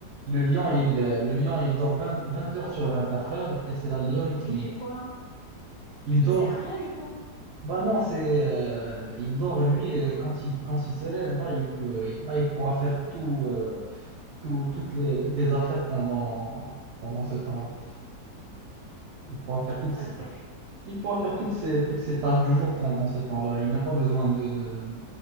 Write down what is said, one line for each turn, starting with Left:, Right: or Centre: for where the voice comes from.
Right: Le lion, il, euh, le lion, il dort vingt vingt heures sur vingt quatre heures et c'est la lionne qui...
Left: Mais il fait quoi?
Right: Il dort...
Left: Il sert à rien, du coup.
Right: Bah non, c'est... euh, il dort, lui,
Left: Il
Right: et
Left: fait quoi?
Right: quand il, quand il se lève, là, il peut, il- là, il pourra faire tout, euh, tout- toutes les, toutes les affaires pendant, pendant ce temps-là. Il pourra faire
Left: Quelles
Right: toutes ses
Left: affaires?
Right: tâches. Il pourra faire toutes ses, toutes ses tâches du jour pendant ce temps-là. Il n'a pas besoin de, de,